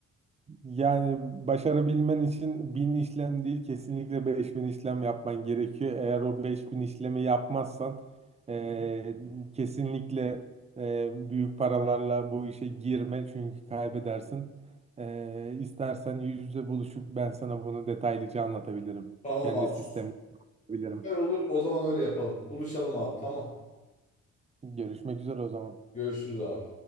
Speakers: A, on the right; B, on the left.
A: Yani başarabilmen için bin işlem değil kesinlikle 5000 işlem yapman gerekiyor. Eğer o 5000 işlemi yapmazsan eee, kesinlikle eee, büyük paralarla bu işe girme çünkü kaybedersin. Eee istersen yüz yüze buluşup ben sana bunu detaylıca anlatabilirim.
B: Tamam
A: Kendi
B: abi.
A: sistemimi
B: Süper
A: anlatabilirim.
B: olur o zaman öyle yapalım. Buluşalım abi tamam.
A: Görüşmek üzere o zaman.
B: Görüşürüz abi.